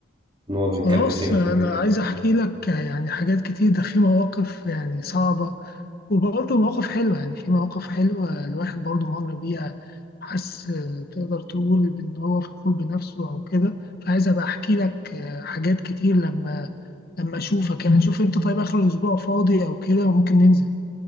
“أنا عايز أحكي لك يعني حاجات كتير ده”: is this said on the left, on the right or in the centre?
Left